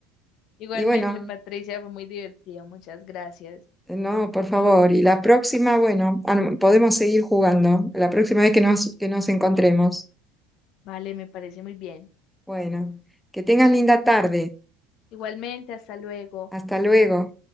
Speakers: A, on the left; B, in the centre.
A: Igualmente,
B: Y bueno,
A: Patricia, fue muy divertido. Muchas gracias.
B: no, por favor, y la próxima, bueno, ah, no, podemos seguir jugando, la próxima vez que nos, que nos encontremos.
A: Vale, me parece muy bien.
B: Bueno, que tengas linda tarde.
A: Igualmente, hasta luego.
B: Hasta luego.